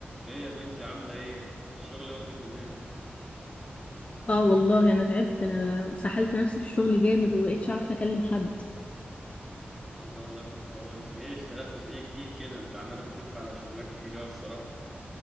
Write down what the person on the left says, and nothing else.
اه والله انا تعبت انا سحلت نفسي في الشغل جامد ومبقتش عارفه اكلم حد